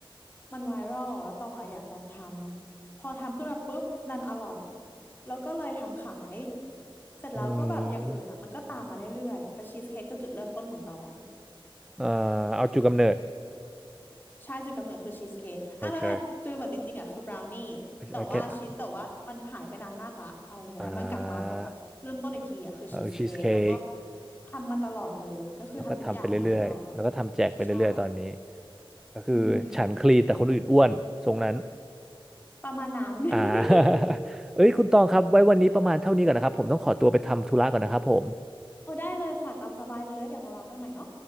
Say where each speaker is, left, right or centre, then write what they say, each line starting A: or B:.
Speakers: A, on the left (about 20°); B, in the centre.
A: มันไวรัลแล้วตองอะอยากลองทำพอทำขึ้นมาปุ๊บดันอร่อยแล้วก็เลยทำขายเสร็จแล้วก็แบบอย่างอื่นอะมันก็ตามมาเรื่อยๆแต่ชีสเค้กคือจุดเริ่มต้นของตอง
B: อืมอ่าเอาจุดกำเนิด
A: ใช่จุดกำเนิดคือชีสเค้กอ่ะไม่ไม่จุดกำเนิดจริงๆอะคือบราวนี่
B: โอเค
A: แต่ว่าชีสแต่ว่ามันหายไปนานมากละอะไรเงี้ยมันกลับมาตรงแบบเริ่มต้นอีกทีอะคือชีสเค้กแล้วก็
B: I get อ่าเออชีสเค้ก
A: ทำมาตลอดเลยก็คือทำทุกอย่างมาตลอดเลย
B: แล้วก็ทำไปเรื่อยๆแล้วก็ทำแจกไปเรื่อยๆตอนนี้
A: ใช่
B: ก็คือฉันคลีนแต่คนอื่นอ้วนทรงนั้น
A: อือหือประมาณนั้น <laughs>
B: อ่า <laughs> เอ้ยคุณตองครับไว้วันนี้ประมาณเท่านี้ก่อนนะครับผมต้องขอตัวไปทำธุระก่อนนะครับผม
A: โอ้ได้เลยค่ะตามสบายเลยแล้วเดี๋ยวมาเมากันใหม่เนาะ